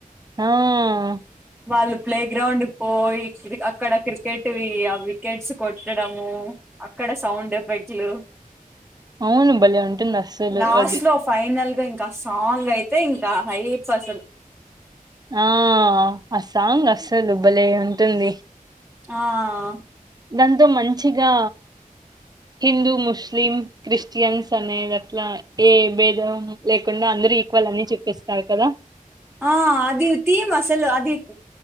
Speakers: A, on the right (about 25°); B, in the centre.
A: ఆహ్
B: వాళ్ళు ప్లే గ్రౌండ్ పోయి. అక్కడ క్రికెట్ ఆ వికెట్స్ కొట్టడము అక్కడ సౌండ్ ఎఫెక్ట్లు.
A: అవును భలే ఉంటుంది. అస్సలు
B: లాస్ట్
A: అది
B: లో ఫైనల్ గా ఇంకా సాంగ్ అయితే ఇంకా హైప్ అసలు
A: ఆ ఆ సాంగ్ అస్సలు భలే ఉంటుంది.
B: ఆహ్
A: దాంతో మంచిగా హిందూ, ముస్లిం, క్రిస్టియన్స్ అనేవి అట్లా ఏ భేదం. లేకుండా అందరుూ ఈక్వల్ అని చూపిస్తారు కదా.
B: ఆ అది థీమ్ అసలు అది